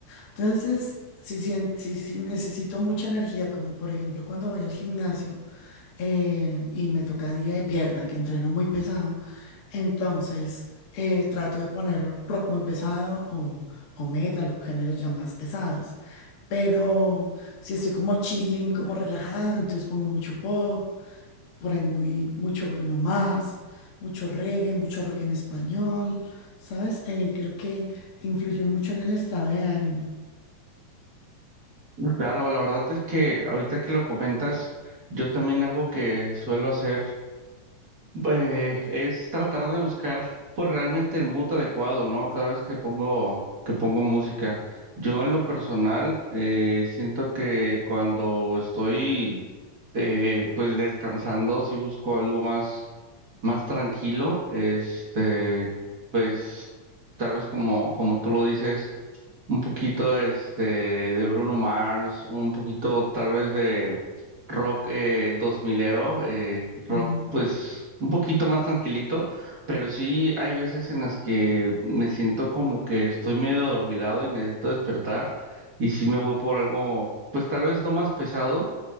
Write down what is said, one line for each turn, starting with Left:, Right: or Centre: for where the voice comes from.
Left: Entonces, si, sien- si, si necesito mucha energía, como por ejemplo cuando voy al gimnasio eh, y me toca día de pierna, que entreno muy pesado, entonces eh, trato de poner rock muy pesado o, o metal o géneros ya más pesados. Pero si estoy como chilling, como relajada, entonces pongo mucho pop, por ahí muy, mucho Bruno Mars, mucho reggae, mucho rock en español, ¿sabes? Eh, creo que influye mucho en el estado de ánimo.
Right: Claro, la verdad es que ahorita que lo comentas, yo también algo que suelo hacer Eh, es tratar de buscar pues realmente el mood adecuado, ¿no? Cada vez que pongo que pongo música. Yo en lo personal eh, siento que cuando estoy eh, pues descansando, si busco algo más más tranquilo, este, pues tal vez como como tú lo dices un poquito este de Bruno Mars, un poquito tal vez de rock eh, 2000ero, eh, rock
Left: Mm,
Right: pues un poquito más tranquilito, pero sí hay veces en las que me siento como que estoy medio adormilado y necesito despertar y sí me voy por algo pues tal vez no más pesado,